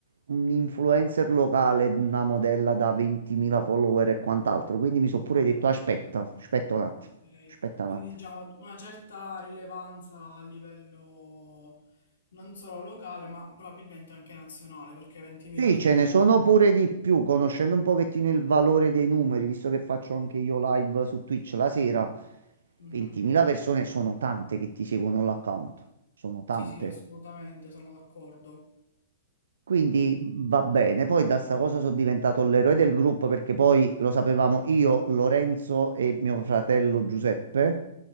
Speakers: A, on the right; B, on the left.
A: un influencer locale, una modella da 20.000 follower e quant'altro, quindi mi sono pure detto aspetta, aspetta un attimo,
B: Ok.
A: aspetta
B: Quindi
A: un attimo.
B: diciamo una certa rilevanza a livello non solo locale, ma probabilmente anche nazionale, perché 20.000
A: Sì,
B: follower.
A: ce ne sono pure di più, conoscendo un pochettino il valore dei numeri, visto che faccio anche io live su Twitch la sera,
B: Mhm.
A: 20.000 persone sono tante che ti seguono l'account, sono tante.
B: Sì, sì, assolutamente, sono d'accordo.
A: Quindi mhmm, va bene, poi da sta cosa sono diventato l'eroe del gruppo perché poi lo sapevamo io, Lorenzo e mio fratello Giuseppe,